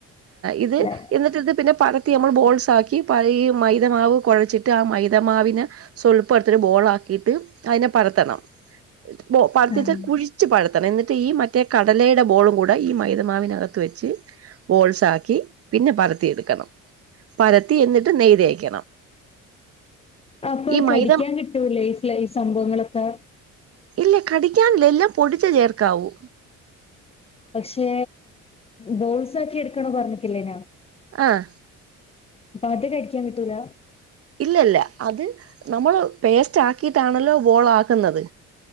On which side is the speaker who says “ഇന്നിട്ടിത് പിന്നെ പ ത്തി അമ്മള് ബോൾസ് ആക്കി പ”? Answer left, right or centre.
Right